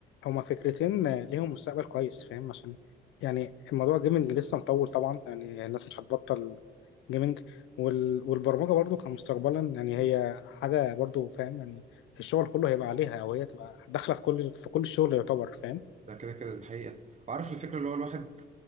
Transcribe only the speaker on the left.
هما فكرتين آه، ليهم مستقبل كويس فاهم عشان يعني الموضوع جيمنج لسه مطول طبعا يعني الناس مش هتبطل جيمنج وال... والبرمجة برضو كمستقبلا يعني هي حاجة برضو فاهم يعني الشغل كله هيبقى عليها او هي تبقى داخلة في كل في كل الشغل يعتبر فاهم